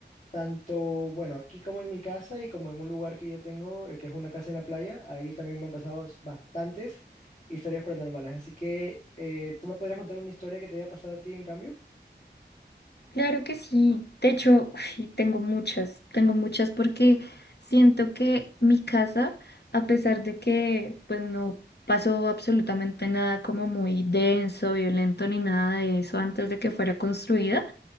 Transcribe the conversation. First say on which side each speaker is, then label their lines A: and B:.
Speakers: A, on the left (about 40°); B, on the left (about 65°).
A: tanto, bueno, aquí como en mi casa y como en un lugar que yo tengo, eh, que es una casa en la playa, ahí también me han pasado s- bastantes historias paranormales. Así que, eh, ¿tú me podrías contar una historia que te haya pasado a ti en cambio?
B: Claro que sí. De hecho, uy, tengo muchas, tengo muchas porque siento que mi casa, a pesar de que pues no pasó absolutamente nada como muy denso, violento ni nada de eso antes de que fuera construida,